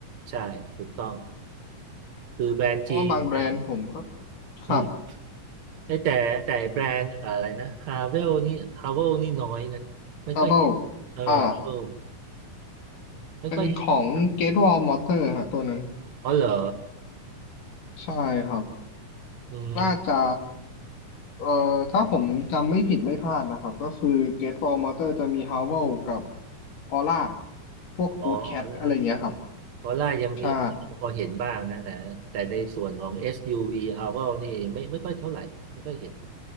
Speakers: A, on the right; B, on the left.
A: ใช่ถูกต้อง คือแบรนด์จีนอ่ะ
B: เพราะว่าบางแบรนด์ผมก็ครับ
A: อืมไอ้แต่แต่แบรนด์อะไรนะฮาเวลนี่ฮาเวลนี่น้อยนะ ไม่ค่อยเห็นเออฮาเวล
B: ทราเวลอ่า
A: ไม่ค่อยเห็น
B: เป็นของ Gate Wall Motor ฮะตัวนั้น
A: อ๋อเหรอ
B: ใช่ครับ
A: อืม
B: น่าจะเอ่อถ้าผมจำไม่ผิดไม่พลาดนะครับก็คือ Gate Wall Motor จะมี Howl กับ Aura พวก
A: อ๋อออล่า
B: Good Cat อะไรเงี้ยครับ
A: คอล่ายังพ
B: ใช่
A: พอเห็นบ้างนะแต่แต่ในส่วนของ SUV ฮาวเอสยูว Haval นี่ไม่ไม่ค่อยเท่าไหร่ไม่ค่อยเห็น